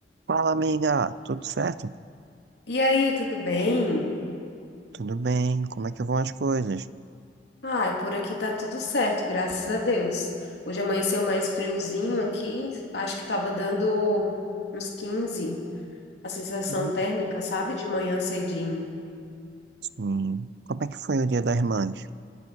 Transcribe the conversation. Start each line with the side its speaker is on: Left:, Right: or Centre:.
Right: Fala, amiga, tudo certo?
Left: E aí, tudo bem?
Right: Tudo bem? Como é que vão as coisas?
Left: Ah, por aqui tá tudo certo, graças a Deus. Hoje amanheceu mais friozinho aqui, acho que tava dando uns quinze a sensação
Right: Hum,
Left: térmica, sabe, de manhã cedinho.
Right: Sim. Como é que foi o Dia das Mães?